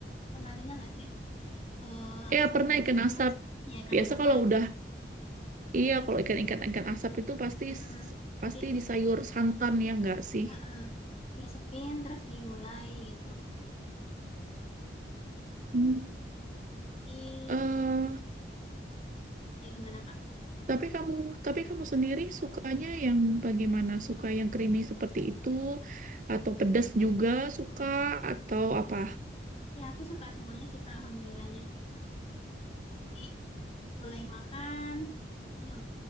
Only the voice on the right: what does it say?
Ya
pernah ikan
asap.
Biasa
kalau udah Iya, kalau ikan-ikan asap itu pasti
pasti
di sayur santan ya nggak sih?
Hmm.
eh
tapi kamu tapi kamu sendiri sukanya yang bagaimana? Suka yang creamy seperti itu atau pedas juga suka atau apa?